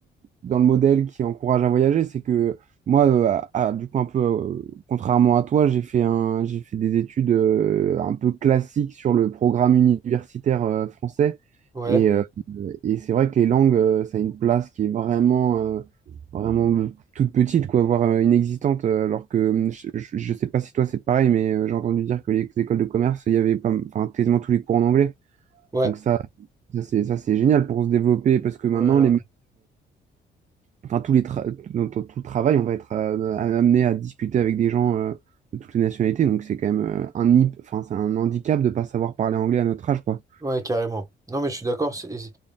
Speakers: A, on the right; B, on the right.
A: dans le modèle qui encourage à voyager, c'est que moi, euh, à- à- du coup, un peu, euh, contrairement à toi, j'ai fait un, j'ai fait des études euh, un peu classiques sur le programme universitaire euh, français.
B: Ouais,
A: Et, euh, et c'est vrai que les langues, euh, ça a une place qui est vraiment, euh, vraiment toute petite, quoi, voire euh, inexistante. euh, Alors que hum, je ne sais pas si toi c'est pareil, mais euh, j'ai entendu dire que les écoles de commerce, il y avait pas, enfin, quasiment tous les cours en anglais.
B: ouais,
A: Donc ça, ça c'est ça c'est génial pour se développer parce que maintenant
B: ouais,
A: les, enfin tous les tra- dans- dans tout le travail, on va être euh, amené à discuter avec des gens euh, de toutes les nationalités. Donc c'est quand même euh, un hip- enfin c'est un handicap de pas savoir parler anglais à notre âge quoi.
B: ouais, carrément. Non, mais je suis d'accord, c'est- et